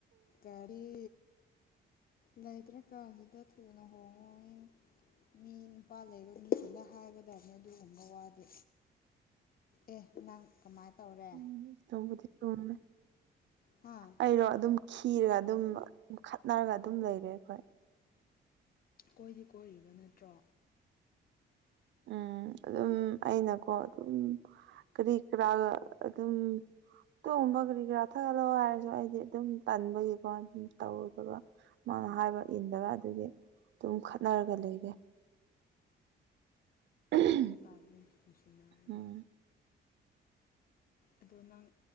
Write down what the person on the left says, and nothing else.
ꯀꯔꯤ ꯂꯩꯇ꯭ꯔꯀꯥꯟꯁꯤꯗ ꯊꯨꯅ ꯍꯣꯡꯉꯣꯌꯦ ꯃꯤ ꯅꯨꯄꯥ ꯂꯩꯕ ꯃꯤꯁꯤꯡꯗ ꯍꯥꯏꯕ <unintelligible> ꯑꯗꯨꯒꯨꯝꯕ ꯋꯥꯗꯤ ꯑꯦ ꯅꯪ ꯀꯃꯥꯏ ꯇꯧꯔꯦ
ꯍꯥꯥ
ꯀꯣꯏꯗꯤ ꯀꯣꯏꯔꯤꯕ ꯅꯠꯇ꯭ꯔꯣ
ꯈꯠꯅꯥ ꯇꯥꯝꯅꯦ ꯅꯨꯡꯁꯤꯅꯔꯗꯤ
ꯑꯗꯣ ꯅꯪ